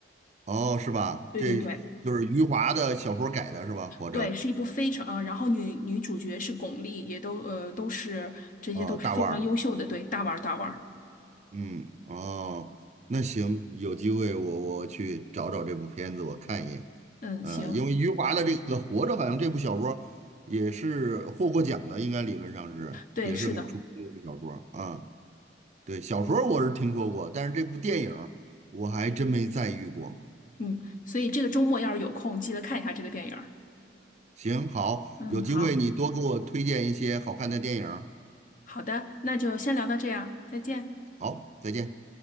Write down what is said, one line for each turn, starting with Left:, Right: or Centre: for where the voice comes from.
Right: 哦是吧？
Left: 对对对
Right: 这就是余华的小说改的是吧？活着
Left: 对，是一部非常，呃，然后女女主角是巩俐，也都呃都是这些都是非常优秀的，
Right: 啊，大腕儿。
Left: 对，大腕儿大腕儿。
Right: 嗯，哦，那行，有机会我我去找找这部片子，我看一眼。
Left: 嗯，
Right: 呃，
Left: 行，
Right: 因为余华的这个《活着》好像这部小说也是获过奖的，应该理论上是也是很出名的一部小说啊。
Left: 对，是的，
Right: 对，小说我是听说过，但是这部电影儿我还真没在意过。
Left: 嗯，所以这个周末要是有空，记得看一下这个电影儿。
Right: 行，好，
Left: 嗯，
Right: 有机会你多给我推荐一些好看的电影儿
Left: 好好的，那就先聊到这样，再见。
Right: 好，再见。